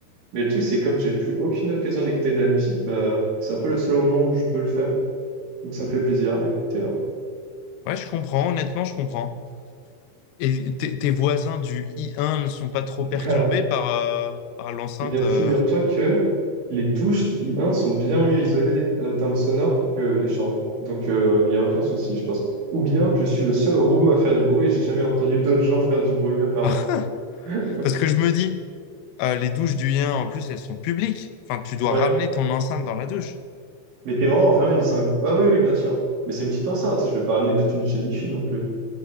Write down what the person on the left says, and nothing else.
ouais, je comprends, honnêtement, je comprends. Et tes tes voisins du I1 ne sont pas trop perturbés
par, euh, par l'enceinte
euh,
<laughs>
Parce que je me dis, euh, les douches du I1, en plus, elles sont publiques. Enfin, tu dois
ramener ton enceinte dans la douche.